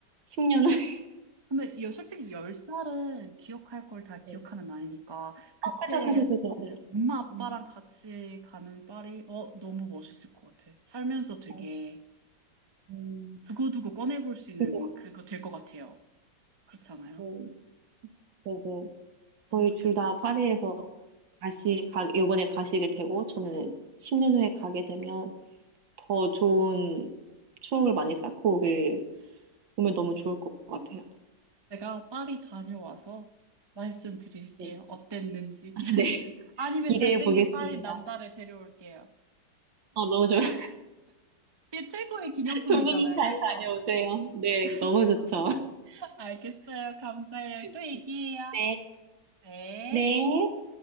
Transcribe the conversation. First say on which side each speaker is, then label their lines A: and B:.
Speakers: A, on the right (about 80°); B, on the right (about 20°).
A: 10년은.
B: 그럼
A: <laughs>
B: 근데 여- 솔직히 10살은 기억할 걸 다 기억하는
A: 네.
B: 나이니까 그때
A: 어, 그죠, 그죠, 그죠, 네.
B: 엄마 아빠랑
A: 음,
B: 같이 가는 파리 어 너무 멋있을 것 같아. 살면서 되게
A: 아유, 음,
B: 두고두고 꺼내볼 수 있는
A: 그죠,
B: 그거 될 것 같아요. 그렇지 않아요?
A: 음, 네네.
B: 너무
A: 거의
B: 좋겠다.
A: 둘 다 파리에서 다시 가, 이번에 가시게 되고, 저는 10년 후에 가게 되면 더 좋은 추억을 많이 쌓고 오길, 오면 너무 좋을 것 같아요.
B: 제가 파리 다녀와서 말씀드릴게요.
A: 네.
B: 어땠는지.
A: 아,
B: <laughs>
A: 네. <laughs>
B: 아니면
A: 기대해
B: 잘생긴
A: 보겠습니다.
B: 파리 남자를 데려올게요.
A: 어, 너무 좋, <laughs>
B: 그게 최고의 기념품이잖아요.
A: 조심히 잘
B: 그쵸?
A: 다녀오세요. 네, 너무
B: <laughs>
A: 좋죠.
B: 알겠어요. 감사해요.
A: <laughs>
B: 또 얘기해요.
A: 네.
B: 네.
A: 네.